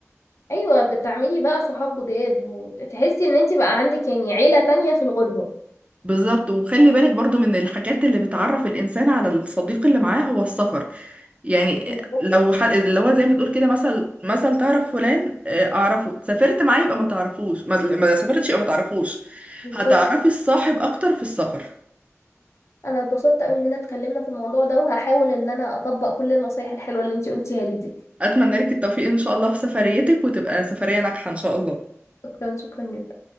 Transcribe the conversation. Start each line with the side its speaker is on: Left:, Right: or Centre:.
Left: ايوه بتعملي بقى صحاب جداد وتحسي ان انت بقى عندك يعني عيله تانية في الغربه
Right: بالظبط وخلي بالك برضو من الحاجات اللي بتعرف الإنسان على الصديق اللي معاه هو السفر يعني
Left: بالظبط
Right: لو ح... اللي هو زي ما بتقول كده مثل مثل تعرف فلان آه، أعرفه سافرت معاه يبقى ما تعرفوش ما ما سافرتش يبقى ما تعرفوش
Left: بالظبط
Right: هتعرفي الصاحب أكتر في السفر
Left: انا اتبسطت قوي اننا اتكلمنا في الموضوع ده وهحاول ان انا اطبق كل النصايح الحلوه اللي انت قلتيها لي دي
Right: أتمنى لك التوفيق إن شاء الله في سفريتك وتبقى سفرية ناجحة إن شاء الله
Left: شكرا شكرا جدا